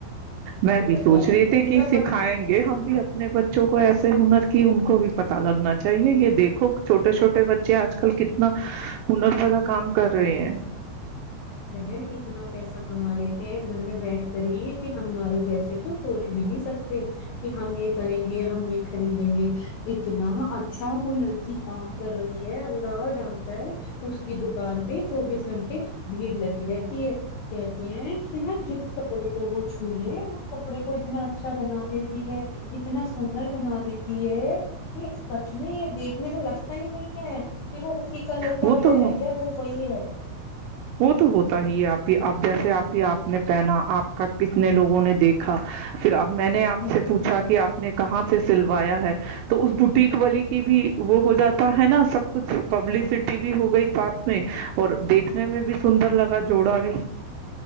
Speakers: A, on the right; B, on the left.
A: میں
B: یہ
A: بھی
B: پتا
A: سوچ
B: ہے
A: رہی تھی
B: ان
A: کہ
B: کا
A: سکھائیں
B: پڑھائی
A: گے
B: ہ
A: ہم بھی اپنے بچوں کو ایسے ہنر کی ان کو بھی پتا لگنا چاہیے یہ دیکھو چھوٹے چھوٹے بچے آج کل کتنا ہنر والا کام کر رہے ہیں
B: بہن اتنا پیسہ کما لیتے ہیں گھر میں بیٹھ کر ہی کہ ہمار جیسے تو سوچ بھی نہیں سکتے کہ ہم ایک <unintelligible> کریں گے ہم یہ خریدیں گے اتنا اچھا وہ لڑکی کام کر رہی یہ <unintelligible> ہاں جانتا ہے اس کی دکان پہ چوبیس گھنٹے بھیڑ لگی رہتی ہے کہتے ہیں کہتے ہیں نہ جس کپڑے کو وہ چھو لے اس کپڑے کو اتنا اچھا بنا دیتی ہے اتنا سندر بنا دیتی ہے کہ سچ میں دیکھنے میں لگتا ہی نہیں ہے کہ وہ کلر کا
A: وہ تو
B: ہے یا وہ وہی ہے
A: وہ تو ہوتا ہی ہے آپ کی اب جیسے آپ کی آپ نے پہنا آپ کا کتنے لوگوں نے دیکھا پھر آپ میں نے آپ
B: ہ
A: سے پوچھا کہ آپ نے کہاں سے سے سلوایا ہے تو اس بوٹیک واللی کی بھی وہ ہو جاتا ہے نا سب کچھ پبلسٹی بھی ہو گئی ساتھ میں اور دیکھنے میں بھی سندر لگا جوڑا بھی